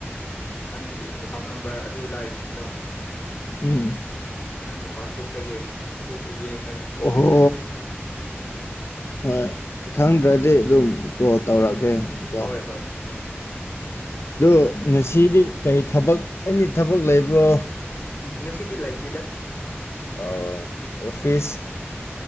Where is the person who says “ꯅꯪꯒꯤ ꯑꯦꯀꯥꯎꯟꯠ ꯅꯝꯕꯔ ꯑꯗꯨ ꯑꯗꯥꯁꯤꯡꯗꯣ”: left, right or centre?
Left